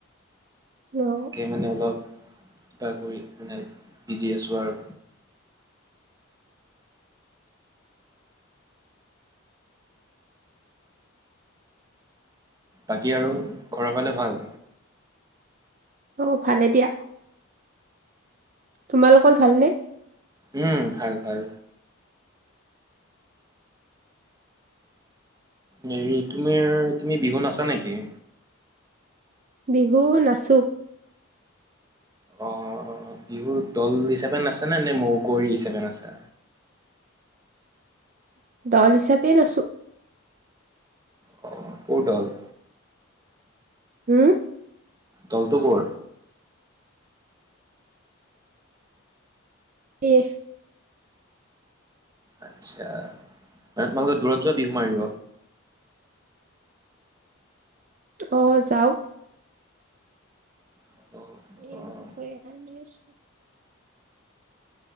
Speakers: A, on the right; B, on the right.
A: হেল্ল'
B: তাকে মানে অলপ কিবা কৰি মানে বিজি আছো আৰু। বাকী আৰু ঘৰৰ ফালে ভাল?
A: অ ভালে দিয়া, তোমালোকৰ ভালনে?
B: উম, ভাল ভাল। হেৰি তোমাৰ তুমি বিহু নাছা নেকি?
A: বিহু নাচো।
B: অ বিহুত দল হিচাপে নাচা নে, এনে মৌ কুৱৰী হিচাপে নাচা?
A: দল হিচাপে নাচো।
B: অ, ক'ৰ দল?
A: উম
B: দলটো ক'ৰ?
A: দিয়ে।
B: আচ্ছা, তাত মানে তোমালোকে দূৰত যোৱা বিহু মাৰিব?
A: অ যাওঁ।
B: অ'
A: <unintelligible>
B: অ'